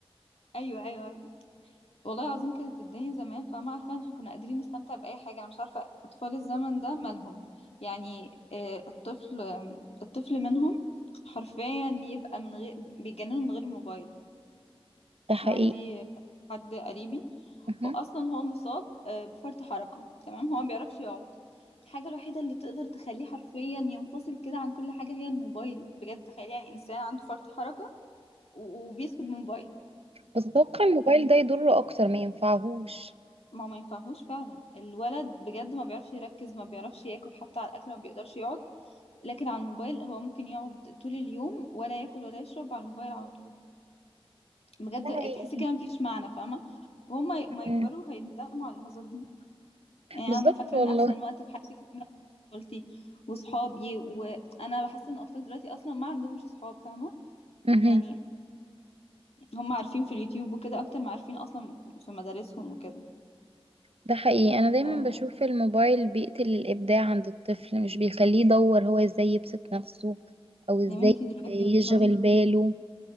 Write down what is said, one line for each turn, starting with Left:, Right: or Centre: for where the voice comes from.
Left: ايوه ايوه والله العظيم كانت الدنيا زمان فما عارفة احنا كنا قادرين نستمتع بأي حاجة أنا مش عارفة أطفال الزمن ده مالهم يعني آه، الطفل آه، الطفل منهم حرفيا يبقى من غير بيتجننوا من غير الموبايل
Right: ده حقيقي
Left: عندي حد قريبي
Right: مهم.
Left: هو أصلا هو مصاب آه، بفرط حركة تمام هو ما بيعرفش يقعد الحاجة الوحيدة اللي تقدر تخليه حرفيا ينفصل كده عن كل حاجة هي الموبايل بجد تخيل يعني إنسان عنده فرط حركة و- وبيسكت من موبايل
Right: بس اتوقع الموبايل ده يضره اكتر ما ينفعهوش
Left: ما هو ما ينفعهوش فعلا الولد بجد ما بيعرفش يركز ما بيعرفش ياكل حتى على الاكل ما بيقدرش يقعد لكن على الموبايل هو ممكن يقعد طول اليوم ولا ياكل ولا يشرب على الموبايل على طول بجد
Right: ده حقيقي
Left: تحسي كده مفيش معنى فاهمه وهم ي- ما
Right: مم.
Left: يكبروا هيندموا على اللحظات دي يعني
Right: بالظبط
Left: انا فاكره
Right: والله
Left: ان احسن وقت في حياتي كان طفولتي وصحابي وانا حاسه ان الاطفال دلوقتي اصلا ما عندهمش صحاب فاهمه
Right: مهم.
Left: يعني هم عارفين في اليوتيوب وكده اكتر ما عارفين اصلا في مدارسهم وكده
Right: ده حقيقي انا دايما
Left: آه،
Right: بشوف الموبايل بيقتل الابداع عند الطفل مش بيخليه يدور هو ازاي يبسط نفسه او ازاي
Left: يا بنتي دلوقتي
Right: يشغل
Left: اصلا
Right: باله